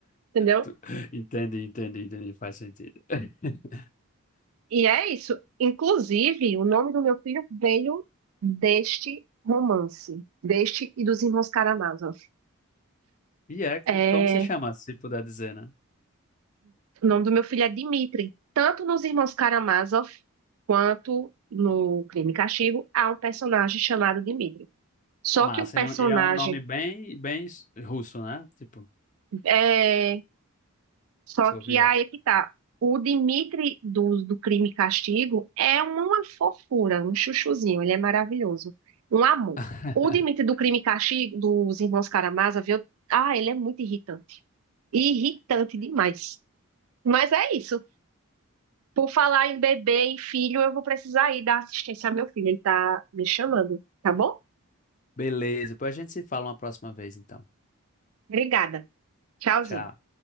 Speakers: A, on the right; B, on the left.
A: entendeu?
B: Tu- Entendi, entendi, entendi. Faz sentido. <laughs>
A: E é isso. Inclusive, o nome do meu filho veio deste romance, deste e dos Irmãos Karamazov.
B: E é
A: É,
B: como se chama, se puder dizer, né?
A: o nome do meu filho é Dmitri. Tanto nos Irmãos Karamazov quanto no Crime e Castigo, há um personagem chamado Dmitri. Só
B: Massa.
A: que o personagem
B: E é um e é um nome bem, bem russo, né? Tipo,
A: é, Só
B: soviético.
A: que aí é que tá. O Dimitri dos do Crime e Castigo é uma, uma fofura, um chuchuzinho, ele é maravilhoso, um amor.
B: <laughs>
A: O Dimitri do Crime e Castigo dos Irmãos Karamazov, eu... ah, ele é muito irritante, irritante demais. Mas é isso. Por falar em bebê e filho, eu vou precisar ir dar assistência ao meu filho, ele tá me chamando, tá bom?
B: Beleza, depois a gente se fala uma próxima vez, então.
A: Obrigada. Tchauzinho.
B: Tchau.